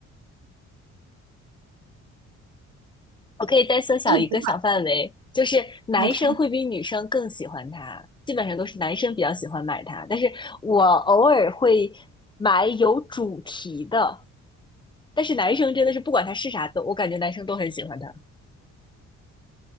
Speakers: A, on the left; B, on the right.
A: 我可以再缩小一个小范围，
B: 一直买。
A: 就是男生会比女生更喜欢它，
B: OK
A: 基本上都是男生比较喜欢买它，但是我偶尔会买有主题的，但是男生真的是不管它是啥都，我感觉男生都很喜欢它，